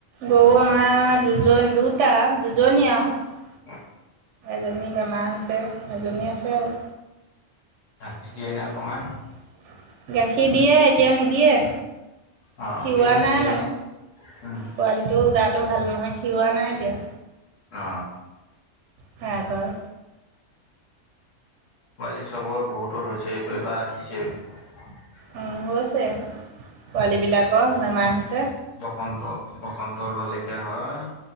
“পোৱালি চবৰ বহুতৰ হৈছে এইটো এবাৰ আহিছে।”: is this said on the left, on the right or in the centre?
Left